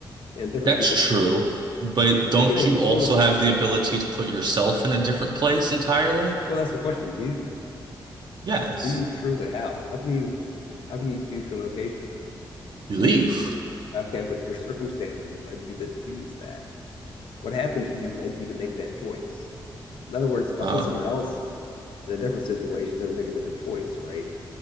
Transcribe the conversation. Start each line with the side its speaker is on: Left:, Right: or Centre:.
Left: and different
Right: That's
Left: people
Right: true,
Left: can
Right: but don't
Left: they can influence
Right: you also have
Left: you.
Right: the ability to put yourself in a different place entirely?
Left: Well, that's the question. Do you?
Right: Yes.
Left: Do you truly? How? How can you? How can you choose your location?
Right: You leave.
Left: Okay, but your circumstances led you to choose that. What happened to you led you to make that choice. In other words, if I
Right: Uh,
Left: put someone else in a different situation, they're going to make a different choice, right?